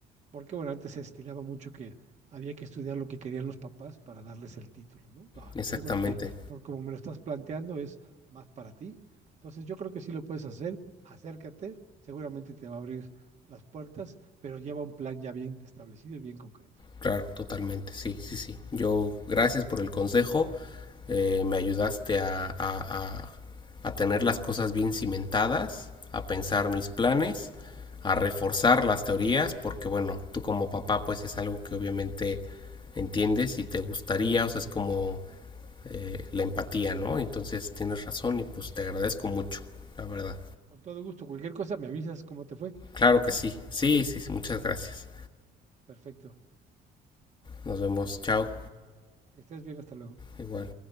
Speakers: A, on the right; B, on the left.
A: porque bueno, antes se estilaba mucho que había que estudiar lo que querían los papás para darles el título, ¿no? No,
B: Exactamente,
A: yo creo que por como me lo estás planteando es más para ti. Entonces yo creo que sí lo puedes hacer, acércate, seguramente te va a abrir las puertas, pero lleva un plan ya bien establecido y bien concreto.
B: claro, totalmente, sí, sí, sí. Yo, gracias por el consejo, eh, me ayudaste a, a, a, a tener las cosas bien cimentadas, a pensar mis planes, a reforzar las teorías, porque bueno, tú como papá pues es algo que obviamente entiendes y te gustaría, o sea, es como eh, la empatía, ¿no? Entonces tienes razón y pues te agradezco mucho, la verdad.
A: Con todo gusto, cualquier cosa me avisas cómo te fue,
B: Claro
A: ¿no?
B: que sí, sí, sí, sí, muchas
A: Bueno.
B: gracias.
A: Perfecto.
B: Nos vemos, chao,
A: Que estés bien, hasta luego.
B: igual.